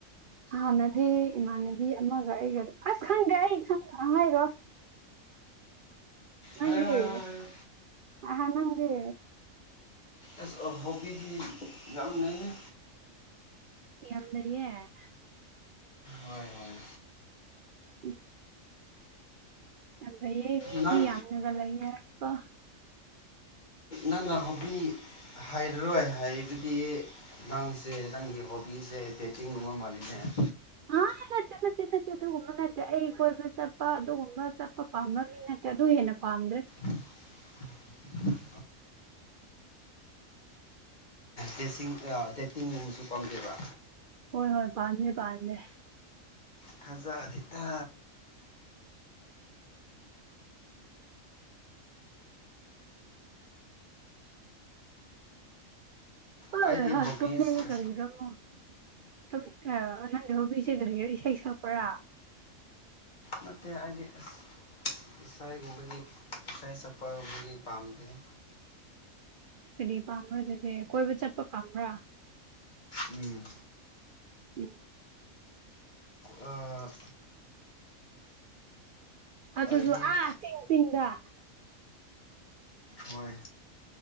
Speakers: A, on the right (about 70°); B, on the left (about 35°).
A: ꯍꯥꯟꯅꯗꯤ ꯏꯃꯥꯟꯅꯕꯤ ꯑꯃꯒ ꯑꯩꯒ ꯑꯁ ꯈꯪꯗꯦ ꯑꯩ ꯈꯪꯗ ꯍꯥꯏꯔꯣꯢ ꯅꯪꯗꯤ
B: ꯍꯥꯏꯌꯣ ꯍꯥꯏꯌꯣ ꯍꯥꯏꯌꯣ
A: ꯑꯍꯥ ꯅꯪꯗꯤ
B: ꯑꯁ ꯍꯣꯕꯤꯗꯤ ꯌꯥꯝ ꯂꯩꯌꯦ
A: ꯌꯥꯝ ꯂꯩꯌꯦ
B: ꯍꯣꯏ ꯍꯣꯏ
A: ꯎꯝ ꯌꯥꯝ ꯐꯩꯌꯦ ꯃꯤꯗꯤ
B: ꯅꯪ
A: ꯌꯥꯝꯅꯒ ꯂꯩꯅꯔꯦꯀꯣ
B: ꯅꯪꯅ ꯍꯣꯕꯤ ꯍꯥꯏꯔꯔꯣꯏ ꯍꯥꯏꯔꯤꯕꯗꯤ ꯅꯪꯁꯦ ꯅꯪꯒꯤ ꯍꯣꯕꯤꯁꯦ ꯗꯦꯠꯇꯤꯡꯒꯨꯝꯕ ꯃꯥꯜꯂꯤꯅꯦ <inaudible>
A: ꯑ ꯅꯠꯇꯦ ꯅꯠꯇꯦ ꯅꯠꯇꯦ ꯑꯗꯨꯒꯨꯝꯕ ꯅꯠꯇꯦ ꯑꯩ ꯀꯣꯏꯕ ꯆꯠꯄ ꯑꯗꯨꯒꯨꯝꯕ ꯆꯠꯄ ꯄꯥꯝꯕ ꯃꯤ ꯅꯠꯇꯦ ꯑꯗꯨ ꯍꯦꯟꯅ ꯄꯥꯝꯗ꯭ꯔꯦ
B: <inaudible> ꯗꯦꯠꯁꯤꯡ ꯗꯦꯠꯇꯤꯡꯒꯨꯝꯕꯁꯨ ꯄꯥꯝꯗꯦꯕ
A: ꯍꯣꯏ ꯍꯣꯏ ꯄꯥꯥꯝꯗꯦ ꯄꯥꯝꯗꯦ
B: ꯊꯥꯖꯗꯦꯗ
A: ꯑꯣꯏ
B: ꯑꯩꯗꯤ ꯍꯣꯕꯤꯁ
A: ꯍꯣꯏ ꯇꯨꯝꯅꯤꯡꯉꯦ ꯀꯔꯤꯒꯤꯔꯥ ꯑꯃꯨꯛ ꯇꯨꯝ ꯑꯥ ꯅꯪꯗꯤ ꯍꯣꯕꯤꯁꯦ ꯀꯔꯤꯔꯥ ꯏꯁꯩ ꯁꯛꯄꯔꯥ
B: ꯅꯠꯇꯦ ꯑꯩꯗꯤ ꯑꯁ ꯏꯁꯩꯒꯨꯝꯕꯗꯤ ꯏꯁꯩ ꯁꯛꯄꯒꯨꯝꯕꯗꯤ ꯄꯥꯝꯗꯦꯍꯦ
A: ꯀꯔꯤ ꯄꯥꯝꯕ꯭ꯔ ꯑꯗꯨꯗꯤ ꯀꯣꯏꯕ ꯆꯠꯄ ꯄꯥꯝꯕ꯭ꯔ
B: ꯎꯝ
A: ꯎꯝ
B: ꯑ
A: ꯑꯗꯨꯖꯨ
B: ꯑꯩꯗꯤ
A: ꯑꯥ ꯆꯤꯡ ꯆꯤꯡꯗ
B: ꯍꯣꯏ